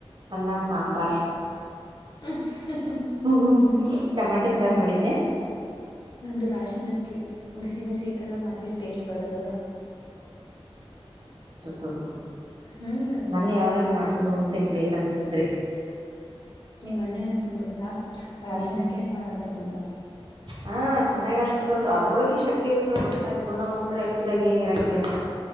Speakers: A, on the right (about 55°); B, on the left (about 50°).
A: ಅನ್ನಾ ಸಾಂಬಾರ್
B: ಅಹ್ಮ
A: ಹ್ಮ
B: <inaudible>
A: ಟಮಾಟಿ ಸಾರು
B: ಮ್ <unintelligible>
A: ಮಾಡಿದ್ದೆ
B: ನಮ್ದು ರಶಾನಕ್ಕಿ ಬಿಸಿ ಬಿಸಿ ಶೀತಲ್ಲಾ <unintelligible> ಮತ್ತೆ ಟೇಸ್ಟ್ ಬರುತ್ತದ
A: ಕಬ <unintelligible>
B: ಹ್ಮ್
A: ಬನ್ನಿ ಯಾವಾಗನ ಮಾಡ್ಕ ಉಂಡ್ತಿನ್ ಬೇಕ ಅನ್ಸ್ತಿದ್ರಿ
B: ನಿಮ ಅಣ್ಣ ಏನಂತನ್ ಗೊತ್ತಾ ರಾಶನಕ್ಕಿ
A: ಹ್ಮ್
B: ಮಾಡಂತನ್ ಉಂಡಾಗ್
A: ಹಾ ಚೆನ್ನಾಗಿ ಆಗ್ತದದದು ಅದ್ರೊಳಗ ಶಕ್ತಿ ಇರ್ತದ ಗೊತ್ತ ಸೋನಾ ಮೊಸರಿ ಅಕ್ಕಕಿದಾಗ ಏನ್ ಇರಂಗಿಲ್ಲಿನಾ